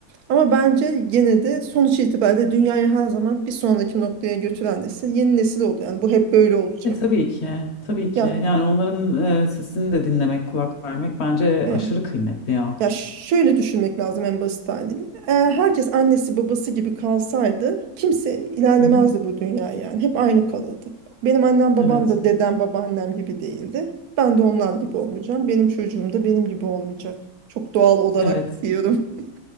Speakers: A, on the right; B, on the left.
A: Ama bence gene de sonuç itibariyle dünyayı her zaman bir sonraki noktaya götüren nesil yeni nesil oldu. Yani bu hep böyle olacak.
B: E tabii ki, tabii ki.
A: Yani
B: Yani onların e, sesini de dinlemek, kulak vermek bence
A: e,
B: aşırı kıymetli ya.
A: Ya şöyle düşünmek lazım en basit haliyle. Eğer herkes annesi babası gibi kalsaydı kimse ilerlemezdi
B: Hı hı.
A: bu dünya yani. Hep aynı kalırdı. Benim annem babam
B: Evet,
A: da dedem babaannem gibi değildi. Ben de onlar gibi olmayacağım. Benim çocuğum da benim gibi olmayacak. Çok doğal olarak
B: evet,
A: diyorum. <laughs>